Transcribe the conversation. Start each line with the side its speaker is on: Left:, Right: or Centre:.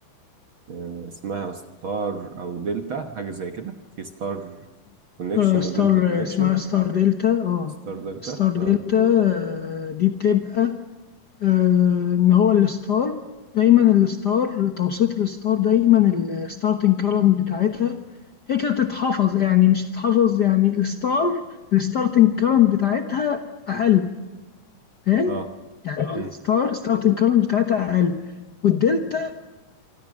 Right: آه، اسمها ستار او دلتا حاجة زي كده في ستار كونكشن
Left: آه
Right: ودلتا
Left: ستار
Right: كونكشن
Left: اسمها ستار دلتا اه
Right: ستار دلتا
Left: ستار
Right: اه
Left: دلتا آه دي بتبقى آه، ان هو الستار دايما الستار توسيط الستار دايما الستارتنج كارنت بتاعتها هي كده تتحفظ يعني مش تتحفظ يعني الستار الستارتنج كارنت بتاعتها اقل فاهم
Right: اه
Left: يعني آه.
Right: مم.
Left: الستار ستارتنج كارنت بتاعتها اقل والدلتا